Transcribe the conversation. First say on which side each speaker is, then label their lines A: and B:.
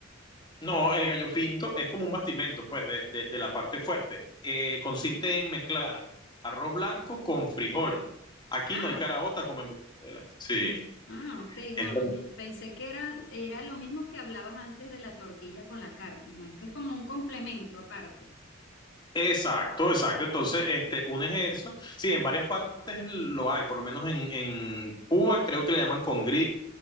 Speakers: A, on the left (about 20°); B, on the left (about 65°).
A: No, el gallo pinto es como un bastimento, pues, de, de- de la parte fuerte. Eh, consiste en mezclar arroz blanco con frijol. Aquí
B: Ah,
A: no hay caraota como en Venezuela. Sí.
B: ah, ok, no,
A: Entonces,
B: no, me- pensé que era, era lo mismo que hablabas antes de la tortilla con la carne, ¿no? Este es como un complemento aparte.
A: exacto, exacto. Entonces, este, unes eso. Sí, en varias partes lo hay, por lo menos en, en Cuba creo que le llaman con